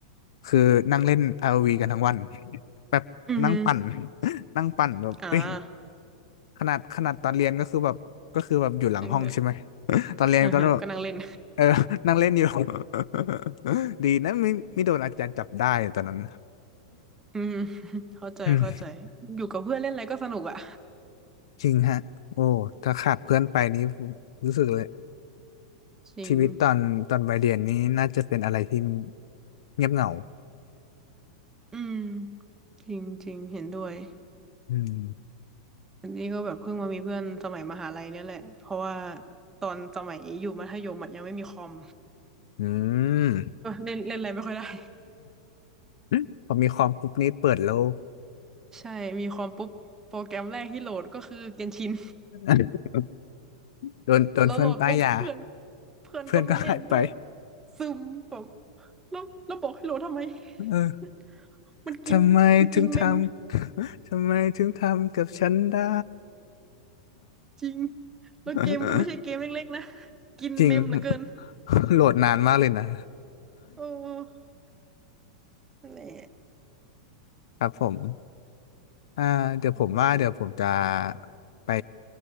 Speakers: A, on the left (about 65°); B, on the right (about 15°).
A: คือนั่งเล่นอ o ีกันทั้งวันแบบนั่งปั่น
B: อือฮึ
A: <laughs> นั่งปั่นแบบเอ้ย
B: อ่าง
A: ขนาดขนาดตอนเรียนก็คือแบบก็คือแบบอยู่หลังห้องใช่ไหม
B: ั้นก็
A: <laughs> ตอนเรียนก็แบบ
B: อือฮะก็นั่งเล่น
A: เออ <laughs> นั่งเล่นอยู่ <laughs> ดีนะไม่ไม่โดนอาจารย์จับได้ตอนนั้น
B: <laughs> อืมเข้าใจเข้าใจ
A: อืม
B: อยู่กับเพื่อนเล่นอะไรก็สนุกอ่ะ
A: จริงฮะโอ้ถ้าขาดเพื่อนไปนี้รู้สึกเลย
B: <laughs> จริง
A: ชีวิตตอนตอนวัยเรียนนี้น่าจะเป็นอะไรที่เงียบเหงา
B: อืมจริงจริงเห็นด้วย
A: อืม
B: อันนี้ก็แบบเพิ่งมามีเพื่อนสมัยมหาลัยเนี่ยแหละเพราะว่าตอนสมัยอยู่มัธยมอะยังไม่มีคอม
A: อืม
B: ก็เล่นเล่นอะไรไม่ค่อยได้ <laughs>
A: <laughs> พอมีคอมปุ๊บนี้เปิดโลก
B: ใช่มีคอมปุ๊บโปรแกรมแรกที่โหลดก็คือเกนชิน
A: <laughs> โดนโดนเพื่อนป้ายยา
B: แล้วโหลดปุ๊บเพื่อนเพื่อนก็ไม่เล่นด้วย
A: เพื่อนก็หายไป
B: ซึมแบบแล้วแล้วบอกให้โหลดทำไม <laughs>
A: เออ
B: มันกินมันกินเมม
A: ทำไมถึงทำ <laughs> ทำไมถึงทำกับฉันได้
B: จริงแล้วเกมก็ไม่ใช่เกมเล็กๆนะ
A: <laughs>
B: กินเมมเหลือเกิน
A: จริง <laughs> โหลดนานมากเลยนะ
B: โอ้นั่นแหละ
A: ครับผมอ่าเดี๋ยวผมว่าเดี๋ยวผมจะ
B: โอเค
A: ไป